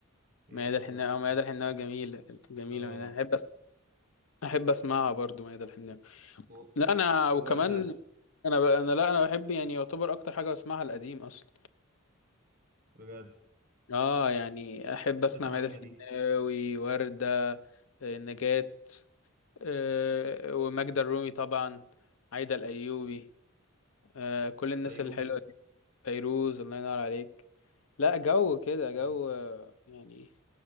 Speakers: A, on the right; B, on the left.
A: هي
B: ميادة
A: في
B: الحناوي
A: ميادة الحناوي
B: اه ميادة الحناوي جميلة جميلة
A: اه
B: ميادة احب أس... احب اسمعها برضو ميادة الحناوي
A: و-
B: لا انا وكمان
A: وردة
B: انا ب... انا لا انا بحب يعني يعتبر اكتر حاجة بسمعها القديم اصلا
A: بجد
B: اه يعني احب اسمع
A: تسمع
B: ميادة
A: مين
B: الحناوي
A: دي
B: وردة آه، نجاة آه، وماجدة الرومي طبعا عايدة الايوبي آه، كل الناس
A: فيروز
B: الحلوه دي فيروز الله ينور عليك لا جو كده جو
A: ايوه
B: آه، يعني